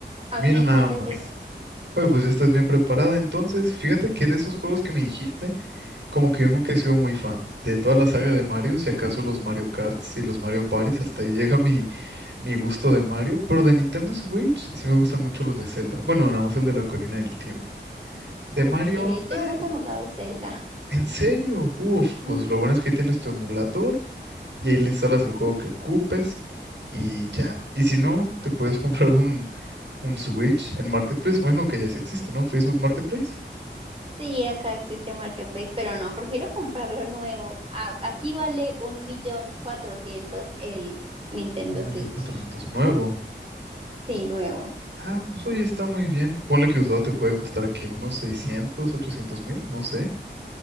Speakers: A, on the right; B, on the right.
A: A
B: Mira
A: mí me encanta
B: nada más.
A: ese juego.
B: Oye, pues ya estás bien preparada. Entonces, fíjate que de esos juegos que me dijiste, como que yo nunca he sido muy fan. De toda la saga de Mario, si acaso los Mario Karts y los Mario Parties, hasta ahí llega mi, mi gusto de Mario. Pero de Nintendo Switch, sí me gustan mucho los de Zelda. Bueno, nada más el de la Corina del Tiempo. De
A: Ok,
B: Mario, eh,
A: yo nunca he jugado Zelda.
B: ¿en serio? Uf,
A: Ujú.
B: pues lo bueno es que tienes tu emulador y ahí le instalas el juego que ocupes y ya. Y si no, te puedes comprar un, Un Switch en Marketplace, bueno que ya sí existe, ¿no? Facebook Marketplace.
A: Sí, acá existe Marketplace, pero no, prefiero comprarlo nuevo. A- Aquí vale un millón cuatrocientos el Nintendo
B: Un millón
A: Switch.
B: cuatrocientos nuevo.
A: Sí, nuevo.
B: Ah, pues oye, está muy bien. Ponle que usado te puede costar que unos seiscientos ochocientos mil, no sé.